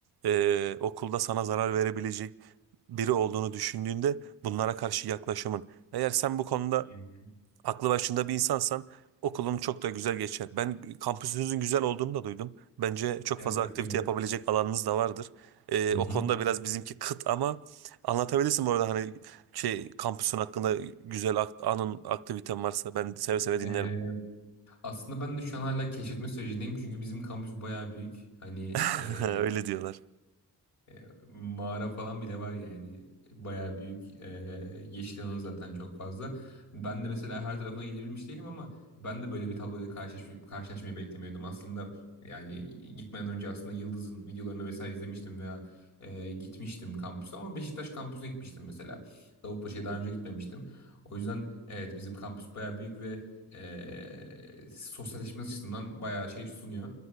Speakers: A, on the right (about 85°); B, on the left (about 50°).
A: Ee, okulda sana zarar verebilecek biri olduğunu düşündüğünde bunlara karşı yaklaşımın. Eğer sen bu konuda
B: Evet,
A: aklı başında bir insansan okulun çok da güzel geçer. Ben kampüsünüzün güzel olduğunu da duydum. Bence çok
B: evet
A: fazla
B: öyle.
A: aktivite yapabilecek alanınız da vardır. Ee,
B: Hı
A: o
B: hı.
A: konuda biraz bizimki kıt ama anlatabilirsin bu arada hani şey kampüsün hakkında güzel ak- anın aktiviten varsa ben seve seve dinlerim.
B: Ee, aslında ben de şu an hala keşfetme sürecindeyim çünkü bizim kampüs bayağı büyük. Hani
A: <laughs>
B: e,
A: Öyle diyorlar.
B: E, mağara falan bile var yani bayağı büyük e, yeşil alanı zaten çok fazla. Ben de mesela her tarafına gidebilmiş değilim ama ben de böyle bir tabloyla karşılaş, karşılaşmayı beklemiyordum. Aslında yani gitmeden önce aslında Yıldız'ın videolarını vesaire izlemiştim veya e, gitmiştim kampüse ama Beşiktaş kampüsüne gitmiştim mesela. Davutpaşa'ya daha önce gitmemiştim. O yüzden evet bizim kampüs bayağı büyük ve e, sosyalleşme açısından bayağı şey sunuyor.